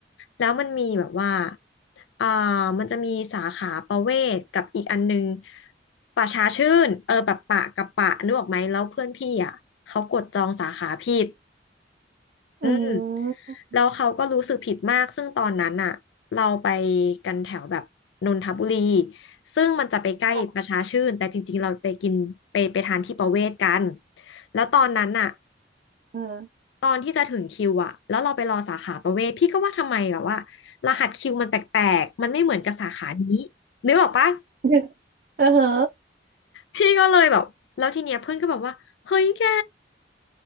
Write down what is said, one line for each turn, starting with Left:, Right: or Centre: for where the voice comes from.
Left: แล้วมันมีแบบว่าอ่ามันจะมีสาขาประเวศกับอีกอันนึงป่าช้าชื่นเออแบบปะกับปะนึกออกไหมแล้วเพื่อนพี่อ่ะเขากดจองสาขาผิดอืม
Right: อืม
Left: แล้วเขาก็รู้สึกผิดมาก ซึ่งตอนนั้นอ่ะเราไปกันแถวแบบนนทบุรี ซึ่งมันจะไปใกล้ประชาชื่น
Right: ค่ะ
Left: แต่จริงๆเราไปกินไปไปทานที่ประเวศกันแล้วตอนนั้นอ่ะ
Right: อ่า
Left: ตอนที่จะถึงคิวอ่ะแล้วเราไปรอสาขาประเวศพี่ก็ว่าทำไมแบบว่ารหัสคิวมันแปลกๆมันไม่เหมือนกับสาขานี้นึกออกปะ
Right: <laughs> เออเหรอ
Left: พี่ก็เลยแบบแล้วทีเนี้ยเพื่อนก็บอกว่าเฮ้ยแก